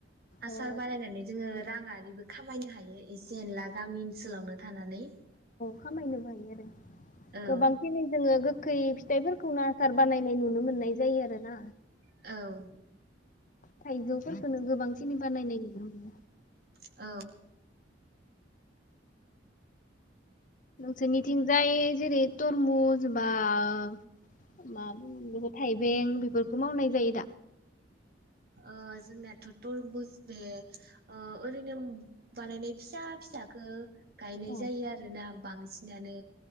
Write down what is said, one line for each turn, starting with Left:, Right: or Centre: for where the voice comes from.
Right: आसार
Left: ओ
Right: बानायनानै जोङो राङारिबो खामायनो हायो एसे एनला गामि ओनसोलावनो थानानै
Left: खामायनो बो हायो आरो
Right: औ
Left: गोबां दिनै जोङो गोखै फिथाइफोरखौनो आसार बानायनाय नुनो मोननाय जायो आरो ना।
Right: औ
Left: थाइजौफोरखोनो गोबां सिन बानायनाय नुनो मोनो
Right: औ
Left: नोंसोरनिथिंजाय जेरै तरमु बा जेनबा मा बे थाइबें बेफोरखौ मावनाय जायो दा?
Right: ओ जोंनाथ' तरबुज बे ओ ओरैनो बानायनाय फिसा फिसाखो गायनाय
Left: औ
Right: जायो आरोना बांसिनानो